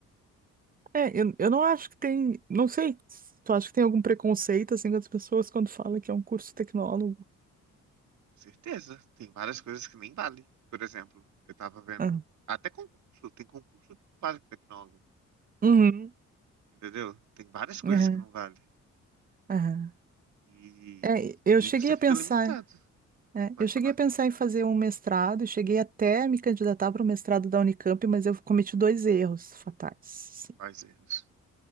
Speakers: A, on the right; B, on the right.
A: É, eu, eu não acho que tem. Não sei. Tu acha que tem algum preconceito assim das pessoas quando fala que é um curso tecnólogo?
B: Com certeza. Tem várias coisas que nem vale. Por exemplo, eu tava vendo.
A: Aham.
B: Até concurso, tem concurso que não vale para tecnólogo.
A: Uhum.
B: Entendeu? Tem várias coisas
A: Aham.
B: que não vale.
A: Aham.
B: E,
A: É, eu
B: e
A: cheguei
B: você
A: a
B: fica
A: pensar.
B: limitado.
A: É,
B: Pode
A: eu cheguei
B: falar.
A: a pensar em fazer um mestrado, cheguei até a me candidatar para o mestrado da Unicamp, mas eu cometi dois erros fatais. assim.
B: Quais erros?